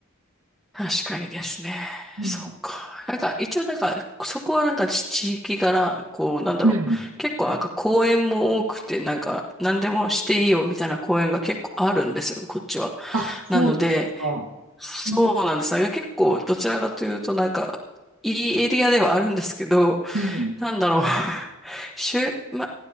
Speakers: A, in the centre; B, on the right.
A: 確かにですね。
B: うん。
A: そっか。なんか、一応なんか、そこはなんか地域柄、こう、なんだろう。
B: うん。
A: 結構なんか公園も多くて、なんか、何でもしていいよみたいな公園が結構あるんですよ、こっちは。
B: あ、そうですか。
A: なので、そうなんです。
B: うん。
A: なんか結構、どちらかというと、なんか、いいエリアではあるんですけど、
B: うん。
A: なんだろう。<laughs> しゅ、ま、